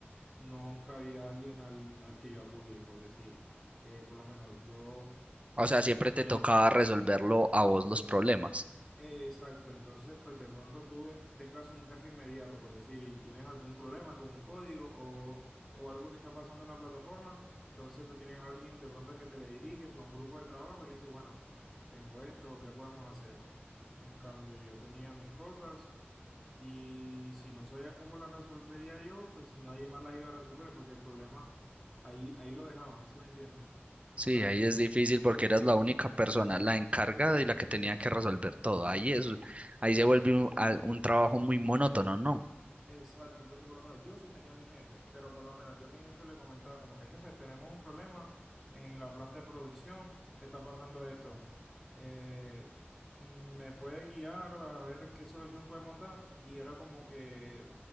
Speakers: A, in the centre; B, on the right (about 30°).
A: nunca había alguien al, al que yo acudir, por decir. Eh, por lo menos yo
B: O sea, siempre
A: soy
B: te tocaba
A: ex-
B: resolverlo a vos los problemas.
A: eh, exacto, entonces pues de pronto tú de- tengas un jefe inmediato, por decir, y tienes algún problema con un código o, o algo que está pasando en la plataforma, entonces tú tienes a alguien de pronto que te le diriges o a un grupo de trabajo y le dices, bueno, tengo esto, ¿qué podemos hacer? En cambio, yo tenía mis cosas. Y si no sabía cómo la resolvería yo, pues nadie más las iba a resolver porque el problema ahí, ahí lo dejaban, ¿sí me entiendes?
B: Sí,
A: También,
B: ahí es difícil porque eras la única persona, la encargada y la que tenía que resolver todo. Ahí es, ahí se vuelve un, al- un trabajo muy monótono, ¿no?
A: exacto, entonces por lo menos yo sí tenía a mi jefe, pero por lo menos yo a mi jefe le comentaba como que jefe, tenemos un problema en la planta de producción, está pasando esto. Eh, ¿me puede guiar a ver qué solución podemos dar? Y era como que